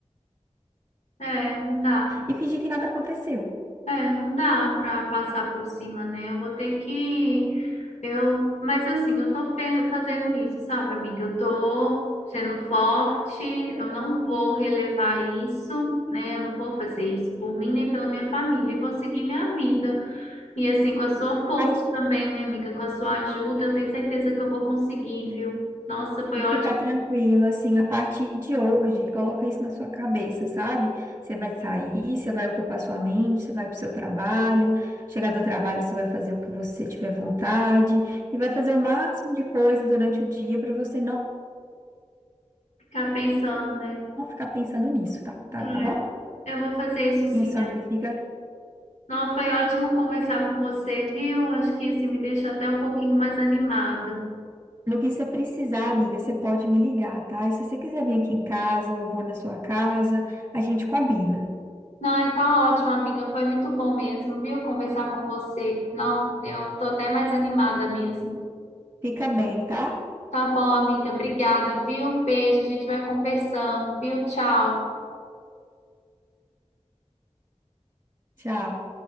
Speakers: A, on the left; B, on the right.
A: É, não dá.
B: e fingir que nada aconteceu.
A: É, não dá para passar por cima, né? Eu vou ter que eu, mas assim, eu tô fe- fazendo isso, sabe, amiga? Eu tô sendo forte, eu não vou relevar isso, né? Eu não vou fazer isso por mim nem pela minha família, e vou seguir minha vida. E assim, com a sua
B: A
A: força
B: parte
A: também, né, amiga? Com a sua ajuda, eu tenho certeza que eu vou conseguir, viu? Nossa, foi
B: de
A: ótimo
B: ficar tranquila, assim, a partir de hoje, coloca isso na sua cabeça, sabe? Você vai sair, você vai ocupar sua mente, você vai pro seu trabalho, chegar do trabalho, você vai fazer o que você tiver vontade e vai fazer o máximo de coisa durante o dia para você não
A: ficar pensando, né?
B: Não ficar pensando nisso, tá? Tá,
A: É.
B: tá bom?
A: Eu vou fazer isso sim.
B: Isso, amiga, fica
A: Não, foi ótimo conversar com você, viu? Acho que isso me deixou até um pouquinho mais animada.
B: no que você precisar, amiga, você pode me ligar, tá? E se você quiser vir aqui em casa, ou eu vou na sua casa, a gente combina.
A: Não, e tá ótimo, amiga. Foi muito bom mesmo, viu? Conversar com você. Não, eu tô até mais animada mesmo.
B: Fica bem, tá?
A: Tá bom, amiga. Obrigada, viu? Um beijo. A gente vai conversando, viu? Tchau.
B: Tchau.